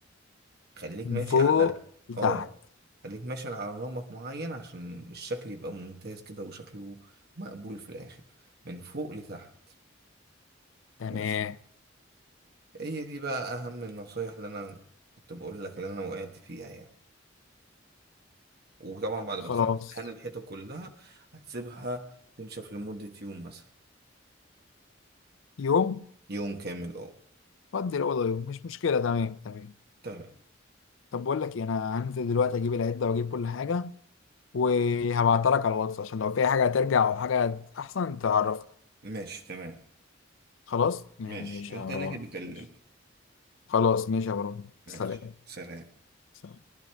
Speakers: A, on the right; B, on the left.
A: خليك
B: من
A: ماشي
B: فوق
A: على
B: لتحت
A: اه خليك ماشي على نمط معين عشان الشكل يبقى ممتاز كده وشكله مقبول في الآخر من فوق لتحت
B: تمام
A: بس هي دي بقى أهم النصايح اللي أنا كنت بقول لك اللي أنا وقعت فيها يعني وطبعا بعد
B: خلاص
A: ما تخلص دهان الحيطة كلها هتسيبها تنشف لمدة يوم مثلا
B: يوم
A: يوم كامل أه
B: فضي الاوضه يوم مش مشكله تمام تمام
A: تمام
B: طب بقول لك إيه، انا هنزل دلوقتي اجيب العده واجيب كل حاجه وهبعتها لك على الواتس عشان لو في حاجه هترجع او حاجه احسن تعرفني
A: ماشي تمام
B: خلاص ماشي
A: ماشي وأنت
B: يا مروان
A: هناك بكلمني
B: ماشي. خلاص ماشي يا مروان
A: ماشي
B: سلام
A: سلام
B: سلام.